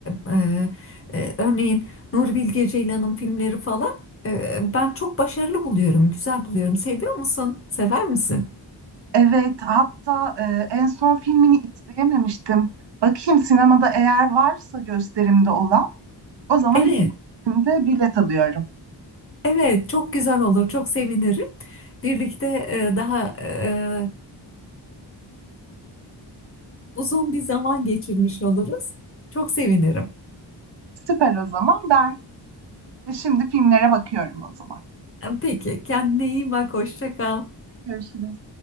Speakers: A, on the left (about 30°); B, on the right (about 70°).
A: e, e, Ee, örneğin Nuri Bilge Ceylan'ın filmleri falan e, ben çok başarılı buluyorum, güzel buluyorum. Seviyor musun? Sever misin?
B: Evet, hatta e, en son filmini izleyememiştim. Bakayım sinemada eğer varsa gösterimde olan, o zaman
A: Evet,
B: ikinci filmde bilet alıyorum.
A: evet çok güzel olur, çok sevinirim. Birlikte e, daha e, uzun bir zaman geçirmiş oluruz. Çok sevinirim.
B: Süper o zaman ben E, Şimdi filmlere bakıyorum o zaman.
A: Peki, kendine iyi bak, hoşça kal.
B: Görüşürüz.